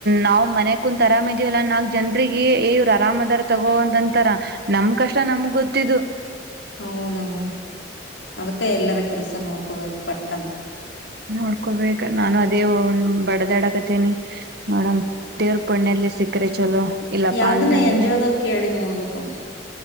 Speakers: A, on the right; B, on the left.
A: ನಾವ್ ಮನೆ ಕುಂತತ್ ಆರಾಮ್ ಇದಿವವಲ್ಲ ನಾಕ್ ಜನ್ರಿಗೆ ವ್ರು ಆರಾಮದಾರ್ ತಗೋಂತಂತಾರ ನಮ್ ಕಷ್ಟ ನಮ್ಗ್ ಗೊತ್ತಿದ್ದು
B: ಹೌದಮ್ಮ ಅದಕ್ಕೆ ಎಲ್ಲರ ಕೆಲಸ ನೋಡ್ಕೋಬೇಕು ಪಟ್ಟಂತು
A: ನೋಡ್ಕೋಬೇಕ ನಾನು ಅದೇ ಒ ಬಡದಡಕತೇನಿ ಮಡ್ ದೇವ್ರ ಪಣ್ಣೆಯಲ್ಲಿ ಸಿಕ್ಕ್ರೆ ಚಲೋ ಇಲ್ಲಪ್ಪಾ
B: ಯಾವ್ದನ
A: ಅಂತಂದ್ರೆ
B: ಎನ್ ಜಿ ಒದ ಕೇಳಿ ನೋಡ್ಬೇಕಮ್ಮ